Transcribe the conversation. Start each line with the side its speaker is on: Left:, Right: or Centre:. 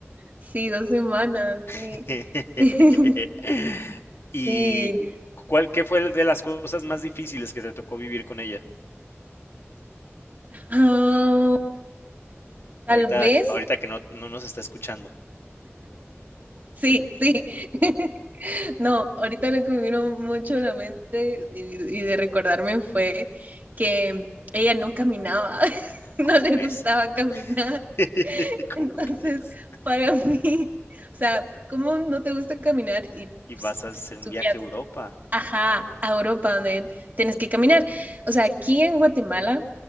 Right: Sí, dos semanas,
Left: <laughs>
Right: sí. <laughs>
Left: ¿Y
Right: Sí.
Left: cuál, qué fue de las cosas más difíciles que te tocó vivir con ella?
Right: Ah, tal
Left: Ahorita,
Right: vez.
Left: que- ahorita que no, no nos está escuchando,
Right: Sí, sí. <laughs> No, ahorita lo que me vino mucho a la mente y, y de recordarme fue que ella no caminaba, <laughs> no
Left: ¿cómo
Right: le
Left: crees?
Right: gustaba caminar.
Left: <laughs>
Right: <laughs> Entonces,
Left: ¿Cómo crees?
Right: para mí, o sea, ¿cómo no te gusta caminar y
Left: Y
Right: pues,
Left: vas a hacer un
Right: tú
Left: viaje
Right: quieres,
Left: a Europa.
Right: ajá, a Europa donde tienes que caminar? O sea, aquí en Guatemala,